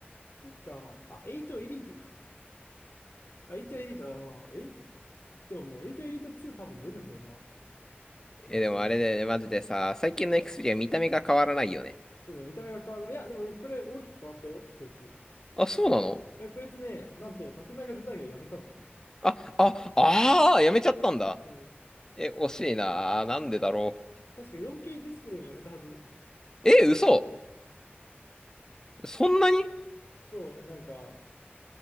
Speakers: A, on the left; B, on the left.
A: そっか。あ、8エリートか。あ、8エリート、あの、え、でももう8エリート2多分出るんだよな。もうすぐ。
B: え、でもあれだよね、マジでさ、最近の Xperia 見た目が変わらないよね。
A: そうだ、見た目が変わる。いや、でもこれ大きく変わったよ、こいつ。
B: あ、そうなの
A: え、こいつね、なんと縦長デザインをやめたの。
B: あ、あ、ああ、やめちゃったんだ。
A: うん。
B: え、惜しいな。なんでだろ
A: 確か 4K ディスプレイもやめたはず。
B: う。え、嘘。そんなに
A: そう、なんか、